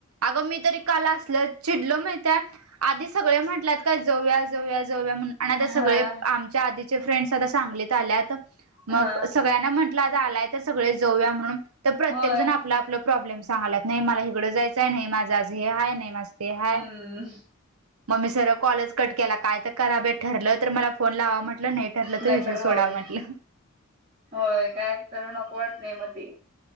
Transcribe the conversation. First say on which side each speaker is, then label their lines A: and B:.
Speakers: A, on the right (about 90°); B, on the right (about 30°).
A: अग मी तरी काला असल चिडलो माहितय, आधी सगळे म्हटलात काय जाऊया, जाऊया, जाऊया, म्हणून आणि आता
B: हा
A: सगळे आम ह्याच्या आधीच्या फ्रेंड्स सगळ्यात सांगलीत आल्यात, मग
B: हा
A: सगळ्यांना म्हण आलाय सगळे जाऊया म्हणून, तर प्रत्येक
B: होय
A: जण आपल -आपल प्रॉब्लेम सांगलायत. नाही मला हकडं जायचं, नाही माझं आज हे हाय, नाही माझं ते हाय.
B: हम्म
A: मग मी सरळ कॉलच कट केला, काय तर करा बेत ठरलं तर मला फोन लावा म्हटलं नाही ठरलं
B: नाहीतर
A: तर विषय सोडा
B: राव दे,
A: म्हटलं.
B: होय काय तर नको वाटतय मग ते.